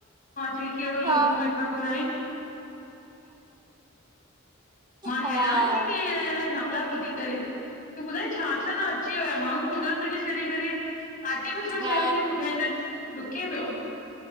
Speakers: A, on the left; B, on the right.
A: चई कहिड़ो
B: हा
A: लून वेठा घुराइ मां
B: हा
A: हैरान थींदी आहियां अहिड़ा अहिड़ा। नाला ॿुधी करे तूं ॿुधाए छा छा न अची वियो आहे माण्हू कुदरत खे छॾी करे आर्टिफिशियल
B: हा
A: शयूं जे पुठियां त डुके पियो